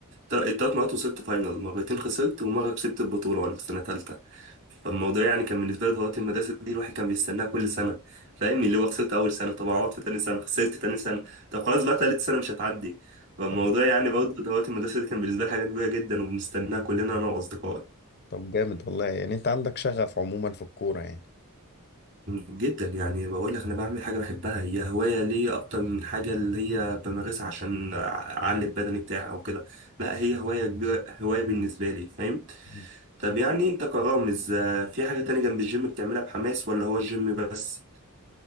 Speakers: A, on the right (about 60°); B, on the left (about 45°).
A: الثلاث مرات وصلت فاينل مرتين خسرت ومره كسبت البطوله وانا في سنه ثالثه فالموضوع يعني كان بالنسبه لي دورات المدرسه دي الواحد كان بيستناها كل سنه فاهم اللي هو خسرت اول سنه طب اقعد في تاني سنه خسرت تاني سنه طب خلاص بقى تالت سنه مش هتعدي فالموضوع
B: طب
A: يعني برضه دورات المدرسه دي كان بالنسبه لي حاجه كبيره جدا وبنستناها كلنا انا واصدقائي
B: طب جامد والله يعني أنت عندك شغف عموما في الكورة يعني
A: جدا يعني بقول لك انا بعمل حاجه بحبها هي هوايه ليا اكتر من حاجه اللي هي بمارسها عشان اعلي البدني بتاعي او كده لا هي هوايه كبيرة- هوايه بالنسبه لي فاهم
B: مم.
A: طب يعني انت كرامز آه، في حاجه تانية جنب الجيم بتعملها بحماس ولا هو الجيم بس